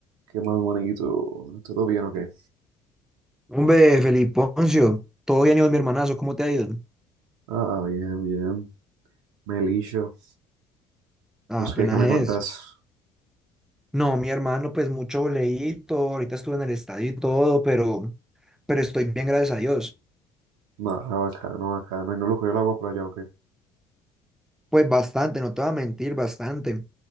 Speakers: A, on the right; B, in the centre.
A: ¿Qué más bonito? ¿Todo bien o qué?
B: Hombre, Feliponcio, todo bien, Iván, mi hermanazo, ¿cómo te ha ido?
A: Ah, bien, bien. Melillo.
B: Ah,
A: Pues
B: apenas
A: qué, ¿qué me
B: es.
A: contás?
B: No, mi hermano, pues mucho leíto, ahorita estuve en el estadio y todo, pero, pero estoy bien, gracias a Dios.
A: Nada, bacano, bacano. ¿Y no lo cogió el agua por allá o qué?
B: Pues bastante, no te voy a mentir, bastante.